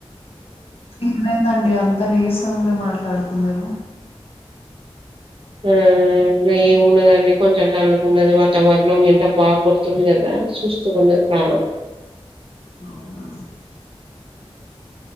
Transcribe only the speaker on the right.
ఆ ఇ ఏమున్నదండి కొంచెం డల్ గా ఉన్నది వాతావరణం ఎండ బాగా కొడుతుంది కదా చూ <unintelligible> ప్రాణం